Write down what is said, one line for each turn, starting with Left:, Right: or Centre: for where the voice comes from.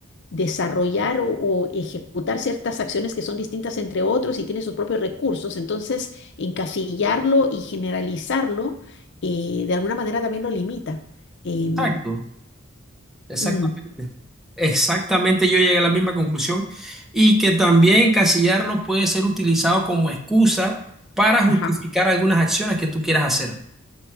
Left: desarrollar o, o ejecutar ciertas acciones que son distintas entre otros y tiene sus propios recursos. Entonces, encasillarlo y generalizarlo, eh, de alguna manera también lo limita. Em,
Centre: Exacto, exactamente.
Left: mm,
Centre: Exactamente, yo llegué a la misma conclusión y que también encasillarlo puede ser utilizado como excusa para justificar
Left: ajá.
Centre: algunas acciones que tú quieras hacer.